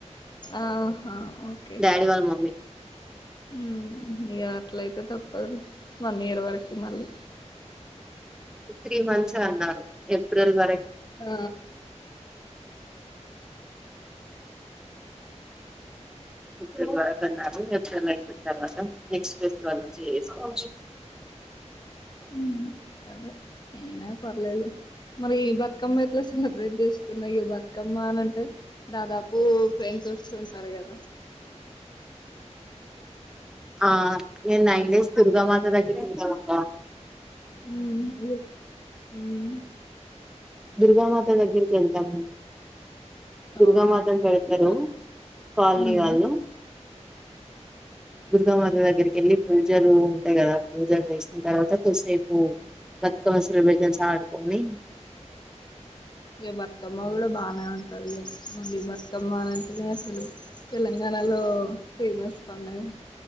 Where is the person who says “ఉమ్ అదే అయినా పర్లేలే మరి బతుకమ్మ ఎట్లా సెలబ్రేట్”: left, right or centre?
Left